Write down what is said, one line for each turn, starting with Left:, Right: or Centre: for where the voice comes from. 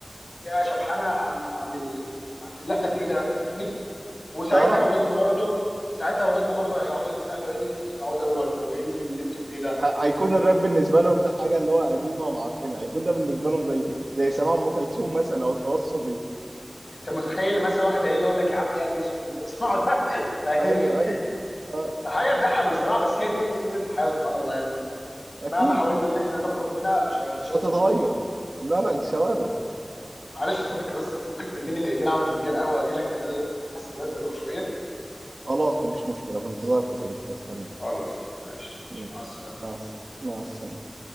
Left: فيها شبحانه عن عن ال... عن اللي احنا فيه ده فاهمني وساعتها
Right: اه
Left: اولادنا برضو ساعتها اولادنا برضو هيقعدوا يتساءلوا ايه اللي انتوا بتسمعوه دوت وايه اللي انتوا فيه ده
Right: ه- هيكون
Left: وانتوا
Right: الراب بالنسبه لهم ده حاجه اللي هو قديمه ومعفنه هيكون ده بالنسبه لهم زي زي سماع ام كلثوم مثلا او التوصلي
Left: انت متخيل مثلا واحد هيجي يقول لك يا عم ايه يا ابو يوسف اللي انت بتسمعه ده <laughs> فاهمني
Right: ايوه ايوه اه
Left: فحاجه تضحك بصراحه بس هي دي سنه الحياه سبحان الله يعني
Right: اكيد
Left: مهما حاولنا ان احنا نخرج منها مش هتقدر
Right: مش هتتغير
Left: برضه
Right: لا لا دي ثوابت
Left: معلش يا صديقي بس ممكن تديني دقيقتين اعمل فنجان قهوه واجي لك لان ده حاسس بدات ادوخ شويه
Right: خلاص مفيش مشكله في انتظارك يا صديقي هستنى
Left: خلاص ماشي ماشي
Right: مم.
Left: مع السلامه
Right: مع السلامه مع السلامه